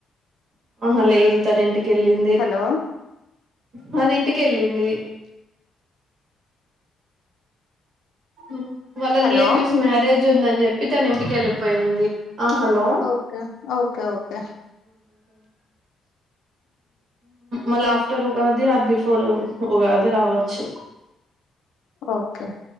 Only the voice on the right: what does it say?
ఆహా లేదు తన ఇంటికి కెళ్ళింది
తను ఇంటిక వెళ్ళింది అ వాళ్ళ
రిలేటివ్స్ మ్యారేజ్ జుందని చెప్పి తను ఇంటికెళ్ళిపోయింది. ఆ హలో
మళ్ after Ugadi before Ugadi రావచ్చు